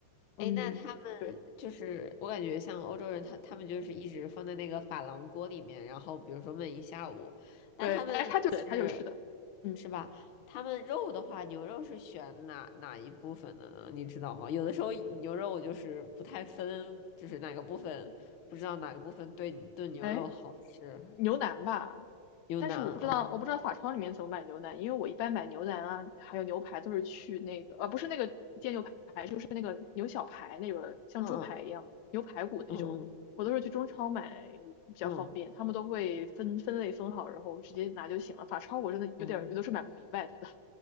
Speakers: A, on the left; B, on the left.
A: 嗯，
B: 哎，那他
A: 对
B: 就是我感觉像欧洲人他，他们就是一直放在那个珐琅锅里面，然后比如说焖一下午。那他们就是
A: 对，哎，他就对，他就是的，嗯，
B: 是吧？他们肉的话，牛肉是选哪哪一部分的呢？你知道吗？有的时候牛肉我就是不太分，就是哪个部分不知道哪个部分对你炖牛肉好吃。
A: 哎，牛腩吧，
B: 牛腩哦，
A: 但是我不知道，我不知道法超里面怎么买牛腩，因为我一般买牛腩啊，还有牛排都是去那个，呃，啊不是那个煎牛排，就是那个牛小排，那个像猪排一样，
B: 嗯
A: 牛排骨那种，
B: 嗯嗯
A: 我都是去中超买比较方便，
B: 嗯嗯
A: 他们都会分分类分好，然后直接拿就行了。法超我真的有点有的时候买不明白，
B: 哦，
A: 真的 <laughs>